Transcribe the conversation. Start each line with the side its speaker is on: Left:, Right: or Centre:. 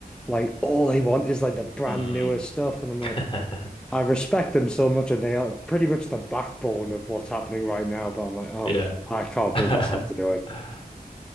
Centre: like all they want is like the brand
Left: mm.
Centre: newest stuff and I'm like
Left: mm.
Centre: I respect them so much and they are pretty much the backbone of what's happening right now but I'm like oh
Left: <laughs> Yeah.
Centre: I can't
Left: <laughs>
Centre: bring myself to do